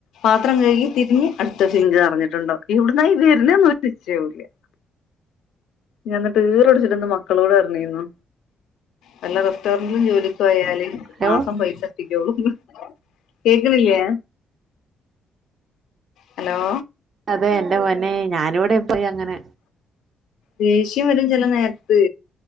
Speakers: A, on the left; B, on the right.
A: പാത്രം കഴുകി തിരിഞ്ഞ് അടുത്ത സിങ്ക് നിറഞ്ഞിടുണ്ടാകും. എവിടുന്നാ ഇതുവരുന്നതെന്ന് ഒരു നിശ്ചയവുഇല്ല ഞാൻ ഇന്നട്ട് ഈറട് പുട്ച്ച്ട്ട് ഇന്ന് മക്കളോട് പറഞ്ഞിര്ന്നു വല്ല റെസ്റ്റോറന്റിലും ജോലിക്കു പോയാൽ
B: അയ്യോ
A: മാസം പൈസട്ടിക്കോളൂന്ന്. കേക്കണില്ലേ? ഹലോ
B: അതെ എന്റെ പൊന്നെ ഞാനിവിടെ ഇപ്പയും അങ്ങനെ.
A: ദേഷ്യം വരും ചില നേരത്ത്